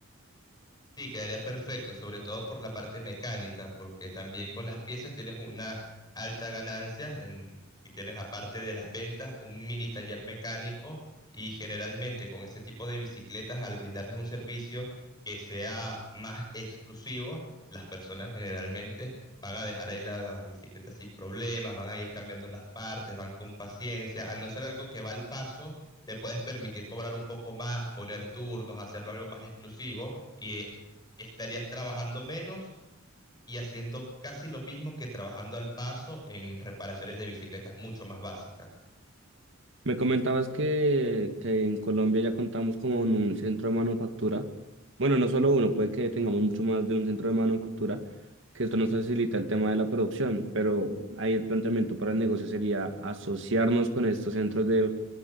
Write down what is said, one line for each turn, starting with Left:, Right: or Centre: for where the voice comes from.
Left: Sí, quedaría perfecto, sobre todo por la parte mecánica, porque también con las piezas tienes una alta ganancia en- si tienes aparte de las ventas un mini taller mecánico y generalmente con ese tipo de bicicletas al brindarles un servicio que sea más exclusivo, las personas generalmente van a dejar ahí la bicicleta sin problemas, van a ir cambiando las partes, van con paciencia, al no ser algo que va al paso, te puedes permitir cobrar un poco más, poner turnos, hacerlo algo más exclusivo y estarías trabajando menos y haciendo casi lo mismo que trabajando al paso en reparaciones de bicicletas mucho más básicas.
Right: Me comentabas que, que en Colombia ya contamos con un centro de manufactura. Bueno, no solo uno, puede que tengamos mucho más de un centro de manufactura, que esto nos facilita el tema de la producción, pero ahí el planteamiento para el negocio sería asociarnos con estos centros de,